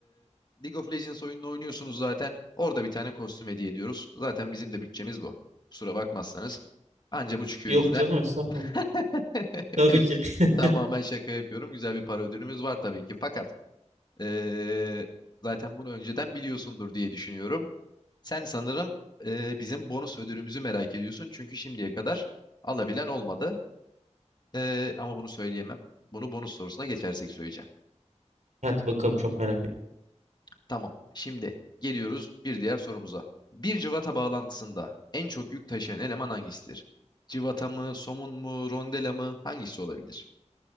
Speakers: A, on the left (about 35°); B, on the right (about 80°).
A: League of Legends oyununu oynuyorsunuz zaten. Orada bir tane kostüm hediye ediyoruz. Zaten bizim de bütçemiz bu. Kusura bakmazsanız. Anca bu çıkıyor
B: Yok
A: bizden.
B: canım estağfurullah.
A: <laughs>
B: Tabii ki. <laughs>
A: Tamamen şaka yapıyorum. Güzel bir para ödülümüz var tabii ki. Fakat ee, zaten bunu önceden biliyorsundur diye düşünüyorum. Sen sanırım e, bizim bonus ödülümüzü merak ediyorsun. Çünkü şimdiye kadar alabilen olmadı. Ee, ama bunu söyleyemem. Bunu bonus sorusuna geçersek söyleyeceğim.
B: Hadi bakalım çok merak ettim.
A: Tamam. Şimdi geliyoruz bir diğer sorumuza. Bir cıvata bağlantısında en çok yük taşıyan eleman hangisidir? Cıvata mı, somun mu, rondela mı? Hangisi olabilir?